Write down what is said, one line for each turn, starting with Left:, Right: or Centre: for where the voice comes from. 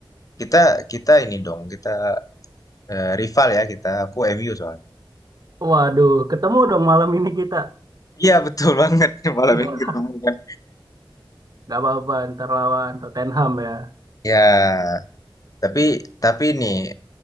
Left: Kita kita ini dong, kita eh, rival ya kita. Aku MU soalnya.
Right: Waduh, ketemu dong malam ini kita.
Left: Iya, betul banget <laughs> malam
Right: Iya,
Left: ini ketemu kan.
Right: nggak apa-apa ntar lawan Tottenham ya.
Left: Ya, tapi tapi ini